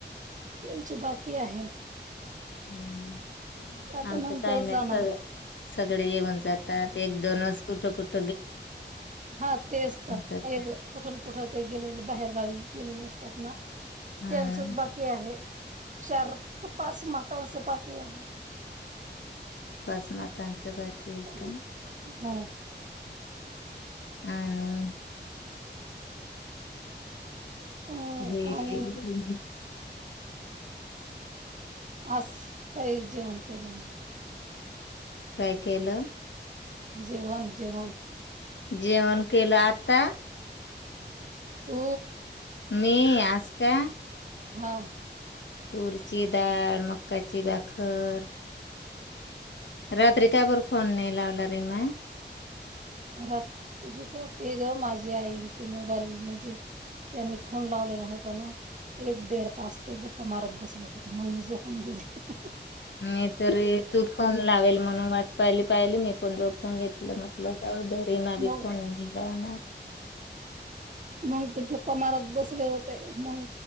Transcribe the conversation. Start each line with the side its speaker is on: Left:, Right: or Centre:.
Right: त्यांचे बाकी आहे
Left: हम्म
Right: आता
Left: आनत
Right: नंतर
Left: कायनाहीसगळ
Right: जाणार.
Left: सगळे येऊन जातात एक दोनच कुठं कुठ
Right: हा तेच तर
Left: जात
Right: एक कुठून कुठ ते गेलेलं बाहेर गावी गेलेले असत असतात ना
Left: हा
Right: त्यांचच बाकी आहे शहरात पाच मातांच बाकी आहे.
Left: बस मातांचंब बाकी ये
Right: हो
Left: का हं
Right: अ
Left: हे अ
Right: आणि आस काही जेवण के नाही
Left: काय केलं
Right: जेवण जेवण.
Left: जेवन केलं आता
Right: तो
Left: मी आज का
Right: हा
Left: तूरची डाळ मक्काची बाखर रात्री कायपर फोन नाही लावला रिमा
Right: र तुझ का ते ग माझे आईल ते मोबाईल म्हणजे त्यांनी फोन लावलेला होत ना एक दड तास ते गप्प मारत बसले होते महि झोपून गेली
Left: मी तरी तू फोन लावेल म्हणून वाट पाहिली पाहिली मी पण जो घेतलं मतल जाऊ दरीमा
Right: मग
Left: बी फोन घलाना
Right: मग ते गप्पा मारत बसले होते मग